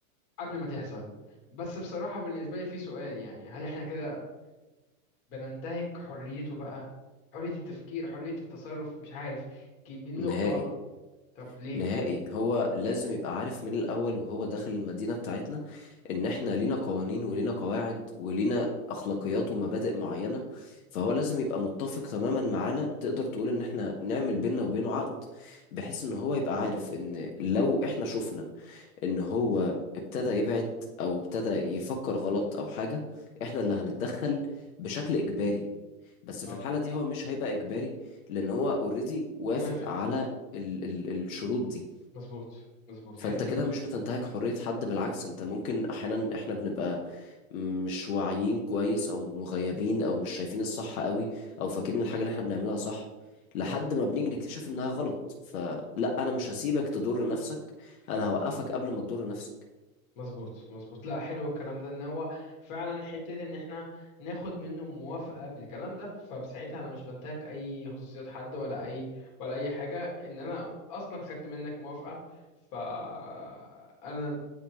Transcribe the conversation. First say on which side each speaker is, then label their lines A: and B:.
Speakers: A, on the left; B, on the left.
A: قبل ما تحصل بس بصراحة بالنسبة لي في سؤال يعني هل احنا كده بننتهك حريته بقى حرية التفكير حرية التصرف مش عارف يمكن دي النقطة
B: نهائي
A: طب ليه
B: نهائي هو لازم يبقى عارف من الأول وهو داخل المدينة بتاعتنا إن إحنا لينا قوانين ولينا قواعد ولينا أخلاقيات ومبادئ معينة فهو لازم يبقى متفق تماما معانا تقدر تقول إن إحنا نعمل بيننا وبينه عقد بحيث إن هو يبقى عارف إن لو إحنا شفنا ان هو ابتدى يبعد او ابتدى يفكر غلط او حاجة احنا اللي هنتدخل بشكل اجباري بس في
A: اه
B: الحالة دي هو مش هيبقى اجباري لان هو اوريدي وافق
A: وافق
B: على ال ال الشروط دي
A: مظبوط مظبوط
B: فانت
A: حلو
B: كده
A: ده
B: مش بتنتهك حرية حد بالعكس انت ممكن احيانا احنا بنبقى مش واعيين كويس او مغيبين او مش شايفين الصح قوي او فاكرين الحاجة اللي احنا بنعملها صح لحد
A: اه
B: ما بنيجي نكتشف انها غلط فلا انا مش هسيبك تضر نفسك انا هوقفك قبل ما تضر نفسك
A: مظبوط مظبوط لا حلو الكلام ده ان هو فعلا حتة ان احنا ناخد منه موافقة بالكلام ده فساعتها انا مش بنتهك اي خصوصيات حد ولا اي ولا اي حاجة ان انا اصلا خدت منك موافقة فانا